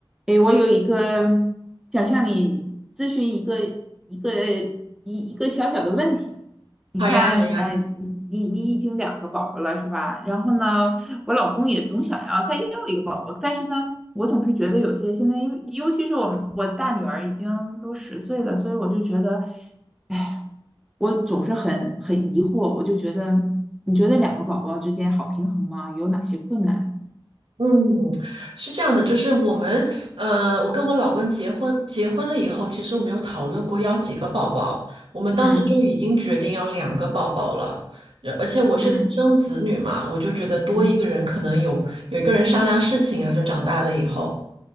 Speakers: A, in the centre; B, on the right (about 70°).
A: 诶，我有一个想向你咨询一个一个一一个小小的问题。你看，
B: 好呀，好呀，
A: 哎，你你你已经两个宝宝了是吧？然后呢，我老公也总想要再要一个宝宝，但是呢，我总是觉得有些现在尤尤其是我们我大女儿已经都十岁了，所以我就觉得，哎，我总是很很疑惑，我就觉得，你觉得两个宝宝之间好平衡吗？有哪些困难？
B: 嗯，是这样的，就是我们，呃，我跟我老公结婚，结婚了以后，其实我们有讨论过要几个宝宝，我们当时就已经决定要两个宝宝了，
A: 嗯
B: 呃而且我是独生子女嘛，
A: 嗯
B: 我就觉得多一个人可能有有一个人商量事情啊，
A: 嗯
B: 就长大了以后，